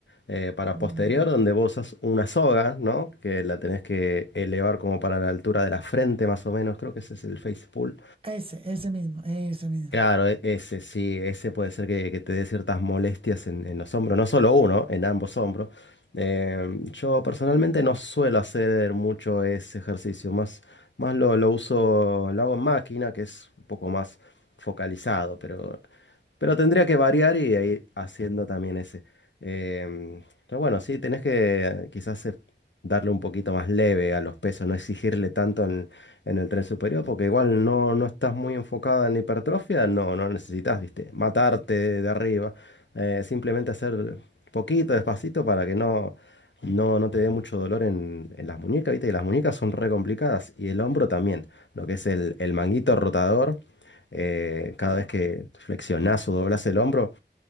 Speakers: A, on the left (about 80°); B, on the right (about 30°).
A: Eh, para posterior,
B: ujú.
A: donde vos usas una soga, ¿no? Que la tenés que elevar como para la altura de la frente, más o menos. Creo que ese es el face pull.
B: Ese, ese mismo, ese mismo.
A: Claro, e- ese sí, ese puede ser que, que te dé ciertas molestias en, en los hombros, no solo uno, en ambos hombros. Eh, yo personalmente no suelo hacer mucho ese ejercicio, más, más lo, lo uso, lo hago en máquina, que es un poco más focalizado, pero, pero tendría que variar y ir haciendo también ese. Em, pero bueno, sí, tenés que eh, quizás eh, darle un poquito más leve a los pesos, no exigirle tanto en el tren superior, porque igual no, no estás muy enfocada en la hipertrofia, no, no necesitas, viste, matarte de arriba, eh, simplemente hacer poquito, despacito, para que no, no, no te dé mucho dolor en, en las muñecas, viste, y las muñecas son re complicadas, y el hombro también, lo que es el, el manguito rotador, eh, cada vez que flexionás o doblás el hombro,